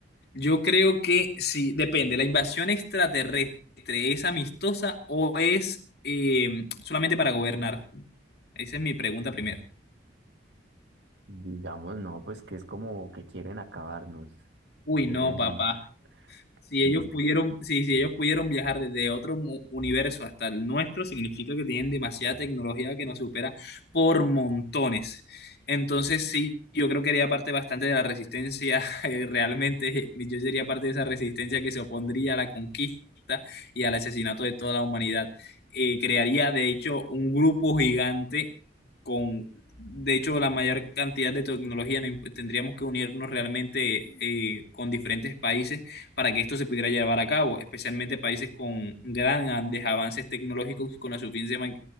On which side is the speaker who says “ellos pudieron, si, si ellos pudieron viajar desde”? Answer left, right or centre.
Left